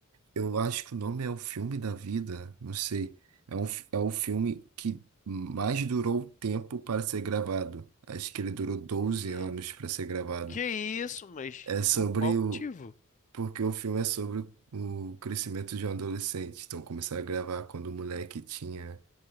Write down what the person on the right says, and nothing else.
Eu acho que o nome é O Filme da Vida, não sei. É, um, fi- é o filme que mais durou tempo para ser gravado. Acho que ele durou doze
anos para ser gravado.
É sobre
o.
Porque o filme é sobre o crescimento de um adolescente. Então começaram a gravar quando o moleque tinha,